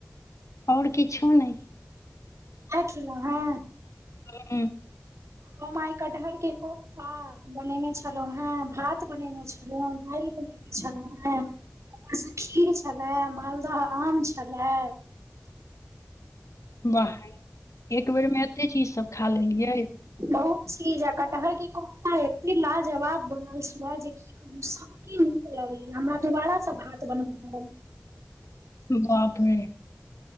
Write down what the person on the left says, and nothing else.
आओर किछो नहि।
हुं।
वाह! एक बेर मे एते चीज सब खा लेलियै।
बाप रे!